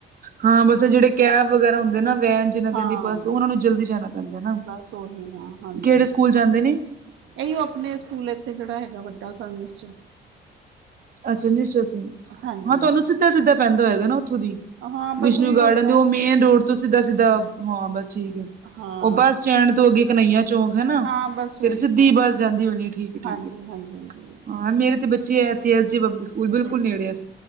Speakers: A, on the right; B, on the right.
A: ਹਾਂ ਬਸ ਜਿਹੜੇ ਕੈਬ ਵਗੈਰਾ ਹੁੰਦੇ ਨਾ, ਵੈਨ ਜਿਹਨਾਂ ਦੀ
B: ਹਾਂ
A: ਆਂਦੀ ਏ ਬੱਸ, ਉਹਨਾਂ ਨੂੰ ਜਲਦੀ ਜਾਣਾ ਪੈਂਦਾ ਨਾ।
B: ਬਸ ਉਹੀ ਨਾ, ਹਾਂਜੀ
A: ਕਿਹੜੇ ਸਕੂਲ ਜਾਂਦੇ ਨੇ
B: ਇਹੀ ਉਹ ਆਪਣੇ ਸਕੂਲ ਇਥੇ ਜਿਹੜਾ ਹੈਗਾ ਵੱਡਾ ਹੈਗਾ ਕੌਨਵਿਸ਼ਚ।
A: ਅੱਛਾ ਨਿਸ਼ਚੇ ਸੀ,
B: ਹਾਂਜੀ
A: ਹਾਂ
B: ਹਾਂਜੀ
A: ਤੁਹਾਨੂੰ ਸਿੱਧਾ- ਸਿੱਧਾ ਪੈਂਦਾ ਹੋਏਗਾ ਨਾ। ਉਥੋਂ ਦੀ
B: ਹਾਂ
A: ਵਿਸ਼ਨੂੰ
B: ਬਸ ਉਹੀ
A: ਗਾਰਡਨ
B: ਵੈਨ
A: ਦੀ, ਉਹ ਮੇਨ ਰੋਡ ਤੋਂ ਸਿੱਧਾ- ਸਿੱਧਾ, ਹਾਂ ਬਸ ਠੀਕ ਐ।
B: ਹਾਂ
A: ਉਹ ਬੱਸ ਸਟੈਂਡ ਤੋਂ ਅੱਗੇ ਕਨਈਆ ਚੌਂਕ ਹੈ ਨਾ,
B: ਹਾਂ ਬਸ
A: ਫੇਰ
B: ਉਹੀ
A: ਸਿੱਧੀ
B: ਹਾਂ
A: ਬਸ ਜਾਂਦੀ ਹੋਣੀ ਠੀਕ- ਠੀਕ
B: ਹਾਂਜੀ
A: ਏ,
B: ਹਾਂਜੀ ਹਾਂਜੀ
A: ਹਾਂ ਮੇਰੇ ਤੇ ਬੱਚੇ ਜੀ ਐਥੀ ਐਸ ਸੀ ਪਬਲਿਕ ਸਕੂਲ, ਬਿਲਕੁਲ ਨੇੜੇ ਐ।